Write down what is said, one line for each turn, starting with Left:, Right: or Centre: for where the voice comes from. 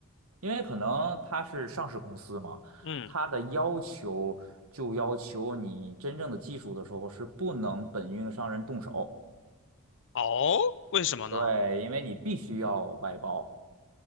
Right: 因为可能它是上市公司嘛，
Left: 嗯，
Right: 它的要求就要求你真正的技术的时候是不能本运营商人动手，
Left: 哦，为什么呢？
Right: 对，因为你必须要外包，